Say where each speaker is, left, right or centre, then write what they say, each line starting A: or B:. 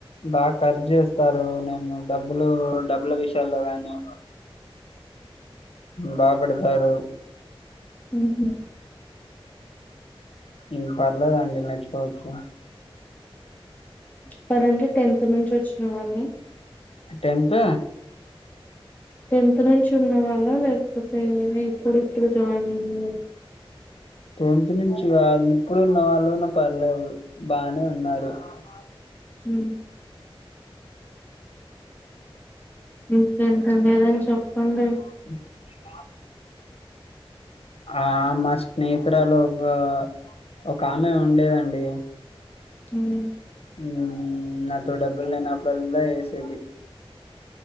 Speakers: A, on the left (about 80°); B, on the left (about 15°).
A: బా ఖర్చేస్తారు నేను డబ్బులు డబ్బుల విషయాల్లో గానీ బా పెడతారు
B: ఉహు
A: ఇంక పర్లేదండి మెర్చుకోవచ్చు
B: వారంటే టెన్త్ నుంచి వచ్చిన వాళ్లే
A: టెన్త్
B: టెన్త్ నుంచి ఉన్న వాళ్ళా లేకపోతే ఇప్పుడు ఇప్పుడు జాయిన్ అయిన వాళ్ళ
A: టెన్త్ నుంచిగాదు ఇప్పుడు ఉన్న వాళ్ళుగునా పర్లేదు బానే ఉన్నారు అ
B: హ్మ్మ్ ఇంకేంటండి ఏదైనా చెప్పండి
A: అ ఆ మా స్నేహితురాలు ఒక ఒక ఆమె ఉండేదండి
B: హ్మ్మ్
A: ఉ నాతో డబ్బులు లేనప్పుడల్లా వేసేది